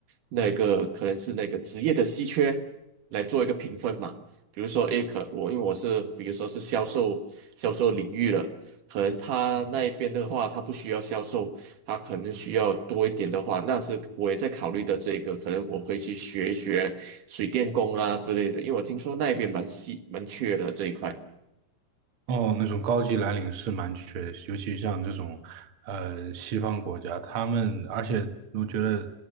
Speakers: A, on the right; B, on the right.
A: 那个可能是那个职业的稀缺来做一个评分嘛。比如说，诶，可我因为我是比如说是销售销售领域了，可能他那一边的话，他不需要销售，他可能需要多一点的话，那是我也在考虑的这个，可能我会去学一学水电工啊之类的，因为我听说那边蛮稀蛮缺的这一块。
B: 哦，那种高级蓝领是蛮缺尤其像这种呃西方国家，他们而且我觉得，